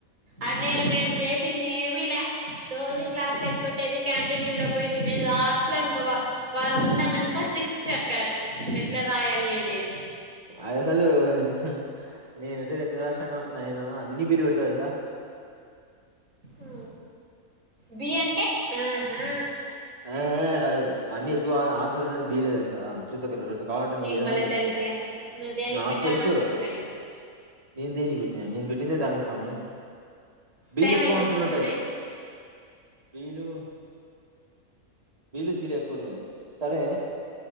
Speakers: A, on the right; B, on the right.
A: అనేరు మేము చేసింది ఏమిలా రోజూ క్లాస్లు ఎగ్గొట్టేది, క్యాంటీన్ లో పోయి తినేది, లాస్ట్ లో ఇంకా వ వారం ఉందన్నంక. సిక్స్ చెప్పారు ఎట్లా రాయాలి అనేది
B: అయ్ అసలు హు నేనైతే చెట్ట రాష్ననో, నేనూ అన్ని బీ లు వెడతా ఎలుసా.
A: ఊ బి అంటే అహా
B: ఆ ఆ గాదు అన్నీ ఎక్కువ ఆన్సలుండేద్ బీ లే ఎలుసా చూద్ద కర <unintelligible> కావాలంటే నువ్వు
A: నీకు
B: ఏదైనా
A: భలే
B: తీసుకో
A: తెలుసులే నువ్వు దేనికి
B: నాక్
A: పెట్టావో
B: తెలుసు
A: నాకు కాని
B: నేన్ దేని పెట్నా నేను బెట్టిందే దానికి సామి బీ
A: టైం
B: లు ఎక్కువ
A: అయింది
B: ఆన్సర్లు
A: చూడు
B: ఉంటాయి.
A: సామి
B: బీ లు బీ లు సీ లు ఎక్కువండేది సరే